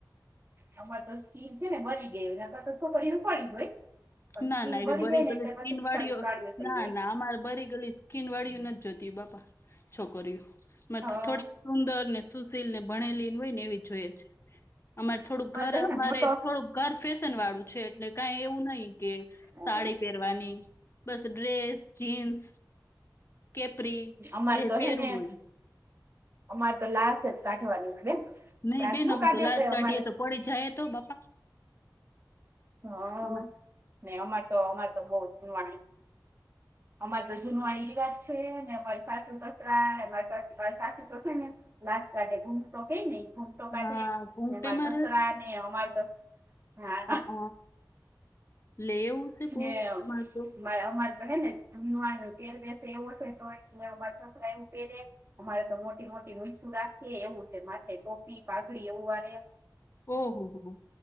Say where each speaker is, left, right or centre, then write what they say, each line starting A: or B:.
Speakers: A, on the right; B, on the left.
A: અમારે તો સ્કીન છે ને બળી ગયેલી નહિતો છોકરી રૂપાળીજ હોય. પણ
B: નાના
A: સ્કીન
B: એવી
A: બરી
B: બળી
A: જાય
B: ગેલી
A: ને એટલે
B: સ્કિન
A: પછી બિચારી
B: વાળીઓ
A: કાળીઓ થઈ
B: નાના
A: જાય
B: અમારે બડી ગેલી બળી ગેલી સ્કિન વાળી નથી જોતી બાપા છોકરીયું અમારે તો
A: હા
B: થોડીક સુંદર ને સુશીલ ને ભણેલી હોય ને એવી જોઈએ છે. અમારે થોડુંક ઘર
A: તો હે
B: અમારે
A: ને મોટો
B: થોડુંક ઘર ફેશન વાળું છે એટલે કઈ એવું નહી
A: હોય
B: સાડી પહેરવાની બસ ડ્રેસ જીન્સ કેપ્રી
A: અમારે
B: જે
A: તો
B: પેરવુ
A: હે ને
B: હોય
A: અમારે તો લાજ જ કાઢવાની હોય બેન
B: નહી
A: દાખલો
B: બેન અમે
A: કાઢે
B: તો
A: આપડે
B: લાજ કાઢીએ
A: અમારે
B: તો પડી જઈએ તો બાપા
A: હા
B: અમે
A: ને અમાર તો અમારે તો બોવ જૂનવાણી અમારે તો જૂનવાણી રિવાજ છે ને અમારે સાસુ સસરા ને અમારે મારા સાસુ તો છે ને લાજ કાઢે ઘૂમટો કે ને ઘૂમટો કાઢે
B: હા ઘૂંઘટેમાં
A: ને મારે સસરાને અમારે તો હા
B: હ હ લે એવું છે બોવ
A: ને
B: તમારે તો
A: અમારે તો છેને પહેરવેશ એવો છે ને તોય તે અમારે સસરા એમ કહી દે અમારે તો મોટી મોટી મૂછુ રાખે એવું છે માથે ટોપી પાઘડી એવું રાખે
B: ઓહો હો હો